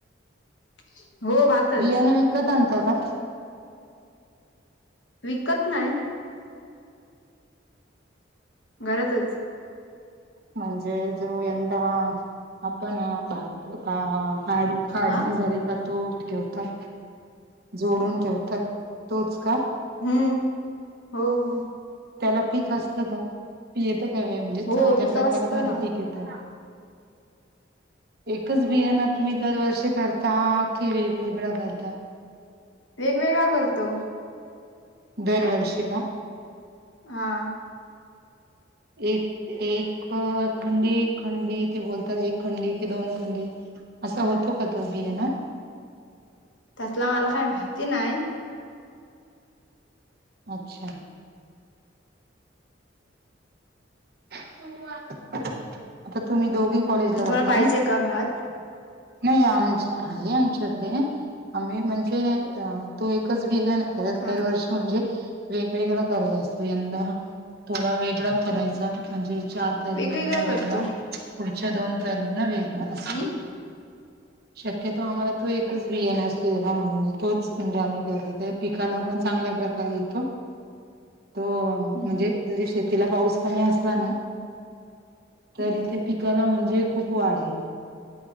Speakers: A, on the left; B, on the right.
A: <unintelligible> भातच
B: बियाण विकतं आणता का?
A: विकत नाय. घरातच.
B: म्हणजे जो यंदा आपण भात का काडू काढणे
A: हा
B: झाले का? तो ठेवतात. जोडून ठेवतात तोच का?
A: हम्म. हो हो.
B: त्याला पीक असतं का? पी येतं का वे म्हणजे चांगल्या
A: हो पिका
B: प्रकारामध्ये
A: वाचतो ना
B: पीक येतं? एकच बियाण तुम्ही दरवर्षी करता. की वेगवेगळं करता?
A: वेगवेगळा करतो.
B: दरवर्षी का?
A: हा.
B: एक एक खंडी. खंडी. ते बोलतात एक खंडी की दोन खंडी? असं होतो का तो बीयान?
A: त्यातला मला काय माहिती नाय.
B: अच्छा. आता तुम्ही दोघी कॉलेजला जाता
A: तुम्हाला पाहिजे
B: ना?
A: का भात
B: नाही आमच्या, हाये आमच्याकडे. आम्ही म्हणजे तो एकच बेन परत
A: हा
B: दरवर्षी म्हणजे वेगवेगळा करत असतो. यंदा थोडा वेगळा करायचा. म्हणजे चार तरर्वीना
A: वेगवेगळा
B: वेगळा.
A: करतो
B: पुढच्या दोन तरर्वीना वेगळा. अस.
A: हम्म
B: शक्यतो आम्हाला तो एकच बी यन सेवा म्हणूने तोच म्हणजे आम्ही करतो. त्या पिकाला पण चांगल्या प्रकार का हीतो. तो.
A: हम्म
B: म्हणजे
A: हम्म
B: जरी शेतीला पाऊस पाणी असला ना? तरी
A: हम्म
B: ते पीक ला म्हणजे खूप वाढे.